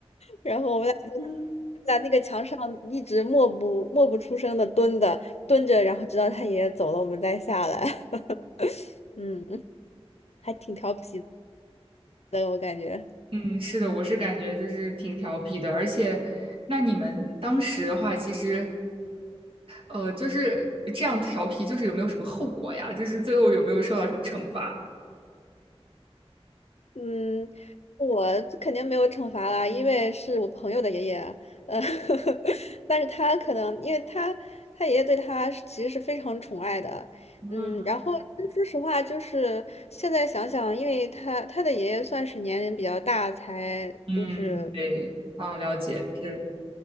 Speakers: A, on the left; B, on the right.
A: 然后我们俩就
B: 嗯，
A: 在那个墙上一直默不默不出声的蹲的蹲着，然后直到他爷爷走了，我们再下来。<laughs> 嗯，还挺调皮的，我感觉。
B: 嗯，是的，我是感觉就是挺调皮的，而且那你们当时的话，其实呃，就是这样调皮，就是有没有什么后果呀？就是最后有没有受到什么惩罚？
A: 嗯，我肯定没有惩罚啦，因为是我朋友的爷爷，呃，<laughs> 但是他可能，因为他他爷爷对他是其实是非常宠爱的，
B: 嗯
A: 嗯，然后嗯说实话，就是现在想想，因为他他的爷爷算是年龄比较大，才就是。
B: 嗯，对，啊，了解，是，